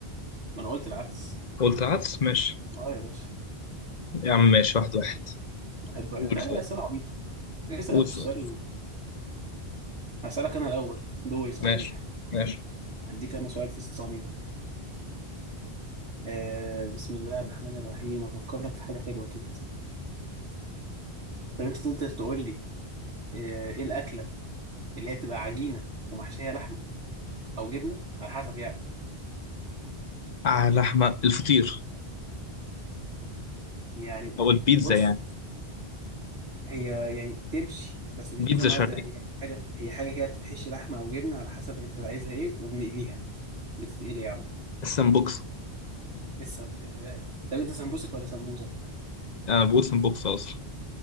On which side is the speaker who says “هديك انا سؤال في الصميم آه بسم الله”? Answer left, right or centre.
Right